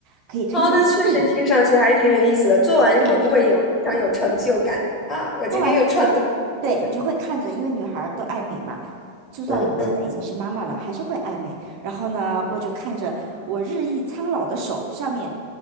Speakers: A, on the right; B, on the left.
A: 可以推荐你试一试。
B: 哦，那确实听上去还挺有意思的。做完会不会有非常有成就感啊？
A: 对，
B: 我今天又创造了一个新的，
A: 做完就是你，对，你就会看着，因为女孩儿都爱美嘛，就算我们现在已经是妈妈了，
B: 嗯嗯。
A: 还是会爱美。然后呢，我就看着我日益苍老的手上面，